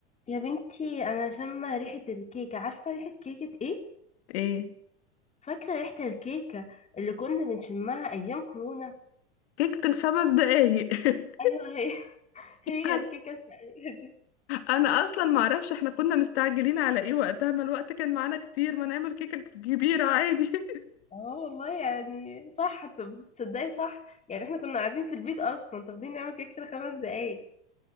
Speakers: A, on the left; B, on the left.
A: يا بنتي انا شامه ريحه الكيكه عارفه ريحه كيكه ايه
B: ايه
A: فاكره ريحه الكيكه اللي كنا بنشمها ايام كورونا
B: كيكة الخمس دقايق <laughs>
A: ايوه هي <laughs> هي
B: انا
A: الكيكه الفقريه دي
B: أنا اصلا معرفش احنا كنا مستعجلين على ايه وقتها ما الوقت كان معانا كتير ما نعمل كيكة كبيرة عادي <laughs>
A: اه والله يعني صح طب تصدقي صح يعني احنا كنا قاعدين في البيت اصلا طب دي نعمل كيكه لخمس دقايق